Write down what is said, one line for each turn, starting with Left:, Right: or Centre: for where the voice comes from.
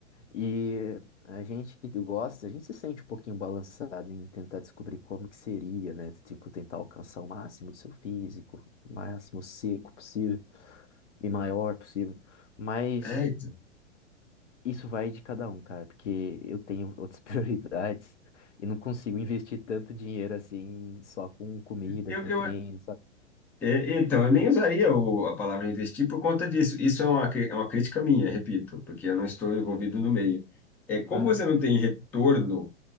Left: E a gente que gosta, a gente se sente um pouquinho balançado em tentar descobrir como que seria, né? Tipo, tentar alcançar o máximo do seu físico, o máximo seco possível e maior possível. Mas
Centre: É, então.
Left: isso vai de cada um, cara, porque eu tenho outras <laughs> prioridades e não consigo investir tanto dinheiro assim só com comida,
Centre: Eu,
Left: com
Centre: eu
Left: treino, sabe?
Centre: É, Então, eu nem usaria o- a palavra investir por conta disso. Isso é uma, cri- é uma crítica minha, repito, porque eu não estou envolvido no meio. É, como
Left: Aham.
Centre: você não tem retorno